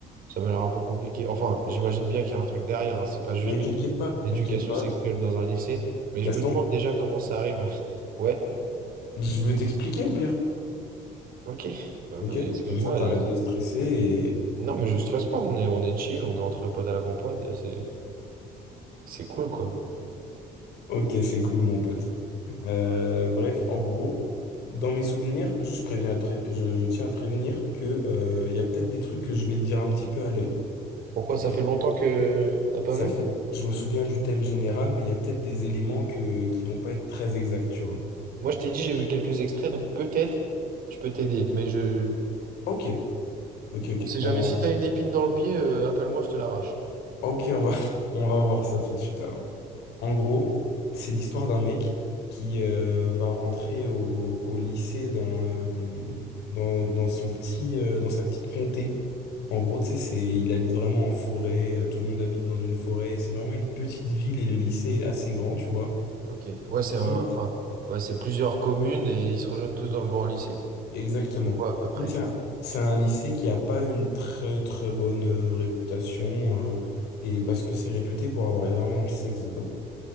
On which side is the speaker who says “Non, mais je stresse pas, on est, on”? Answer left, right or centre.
Right